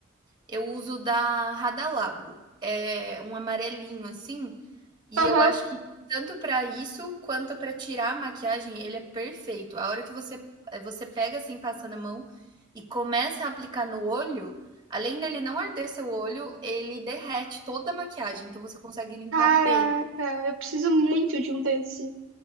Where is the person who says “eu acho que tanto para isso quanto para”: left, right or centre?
Right